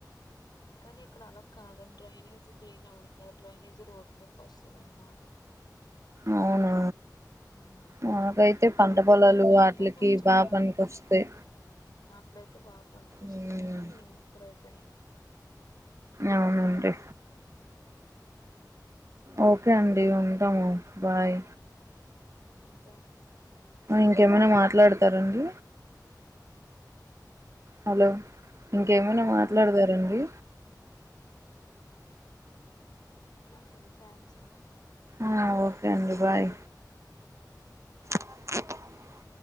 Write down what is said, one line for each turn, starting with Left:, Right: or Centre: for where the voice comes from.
Left: కానీ ఇక్కడ అలా కాదండి డ్రైనేజ్ క్లీన్ అవ్వడం కాదుా డ్రైనేజ్ రోడ్డు మీద వస్తుంది అనమాట
Right: అవునా
Left: హ్మ్
Right: మనకైతే
Left: మన పల్లెటూరులలో
Right: పంట పొలాలు వాటిలకి
Left: అంటే మంచిగా
Right: బాగా పనికొస్తాయి
Left: అక్కడైతే బాగా పడుకుొస్తాయి
Right: మ్మ్.
Left: గాని ఇక్కడైతే అని
Right: అవునండి ఓకే అండి ఉంటాము బాయ్
Left: హ్మ్ థాంక్ యూ
Right: ఇంకేమైనా మాట్లాడతారండి హలో ఇంకేమైనా
Left: హలో
Right: మాట్లాడతారండి
Left: హమ్ థ్యాంక్ అండి
Right: ఆ ఓకే అండి బాయ్ <inaudible>